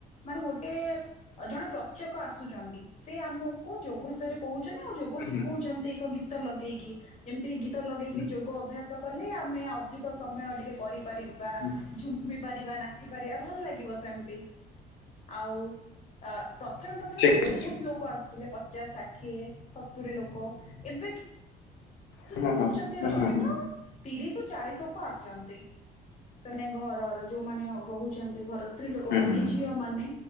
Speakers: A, on the left (about 40°); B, on the left (about 75°).
A: ମାନେ ଗୋଟେ ଜଣେ ପ୍ରସ୍ୟକ ଆସୁଛନ୍ତି ସେ ଆମକୁ ଯୋଗ ବିଷୟରେ କହୁଛନ୍ତି ଆଉ ଯୋଗ
B: ହୁଁ,
A: ଶିଖଉଛନ୍ତି
B: ହୁଁ,
A: ଏକ ଗୀତ ଲଗେଇକି ଯେମିତି ଗୀତ ଲଗେଇକି
B: ହୁଁ,
A: ଯୋଗ ଅଭ୍ୟାସ କଲେ ଆମେ ଅଧିକ ସମୟ ଟିକେ କରିପାରିବା।
B: ହୁଁ।
A: ଘୁମି ପାରିବା ନାଚିପାରିବା ଭଲ ଲାଗିବ ସେମିତି ଆଉ ଅ ପ୍ରଥମେ ପ୍ରଥମେ
B: ଠିକ
A: ତ ବହୁତ
B: ଠିକ
A: ଲୋକ ଆସୁଥିଲେ ପଚାଶ ଷାଠିଏ ସତୁରୀ ସତୁରି ଲୋକ ଏବେ
B: ହୁଁ
A: କିନ୍ତୁ
B: ହଁ
A: ଯଦି
B: ହୁଁ
A: ପ୍ରତିଦିନ
B: ହୁଁ ହୁଁ।
A: ତିରିଶରୁ ଚାଳିଶ ଲୋକ ଆସୁଛନ୍ତି ସେମାନେ ଘରର ଯୋଉମାନେ ରହୁଛନ୍ତି। ଏ ଘର ସ୍ତ୍ରୀ ଲୋକମାନେ
B: ହୁଁ
A: ଝିଅମାନେ।